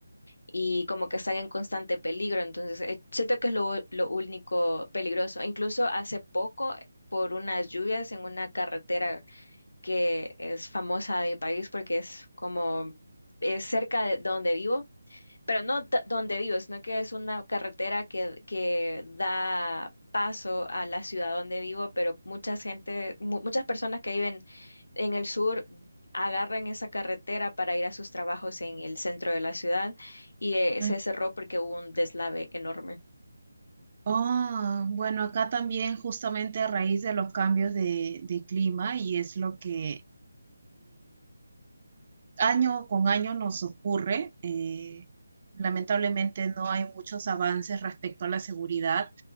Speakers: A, on the left; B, on the right.
A: y como que están en constante peligro. Entonces, eh, siento que es lo, lo único peligroso. Incluso hace poco, por unas lluvias en una carretera que es famosa de mi país porque es como es cerca de donde vivo, pero no d- donde vivo, sino que es una carretera que, que da paso a la ciudad donde vivo, pero mucha gente, mu- muchas personas que viven en el sur agarran esa carretera para ir a sus trabajos en el centro de la ciudad y eh,
B: Mm.
A: se cerró porque hubo un deslave enorme.
B: Oh, bueno, acá también justamente a raíz de los cambios de, de clima y es lo que año con año nos ocurre. eh, lamentablemente no hay muchos avances respecto a la seguridad.